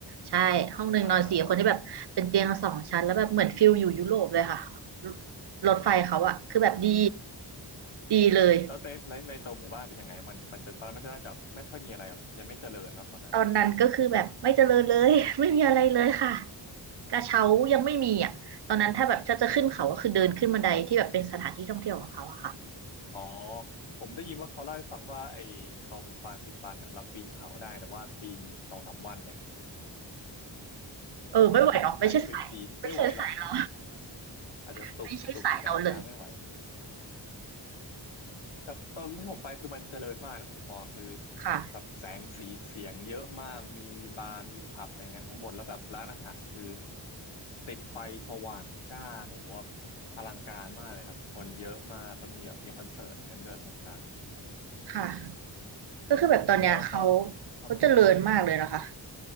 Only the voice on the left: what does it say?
อ่า
แล้วในในในตัวหมู่บ้านเป็นยังไงมันมันจะตอนนั้นมันจะน่าจะไม่ค่อยมีอะไรอะยังไม่เจริญเนอะตอนนั้น
อืมอ๋อผมได้ยินว่าเขาเล่าให้ฟังว่าไอ้ตรงฟรานซิปันอ่ะเราปีนเขาได้แต่ว่าปีนสองสามวันเนี่ย
ใครจะไปปีนไม่ไหวหรอกอาจจะตุบตุบอยู่กลางทางไม่ไหว
แต่ตอนที่ผมไปคือมันเจริญมากนะคุณปอคือ
แบบแสงสีเสียงเยอะมากมีบาร์มีผับอะไรเงี้ยข้างบนแล้วแบบร้านอาหารคือติดไฟสว่างจ้าโอ้โหแบบอลังการมากเลยครับคนเยอะมากแล้วมีแบบมีคอนเสิร์ตอย่างนั้นด้วยตรงกลาง
พอพอครับผม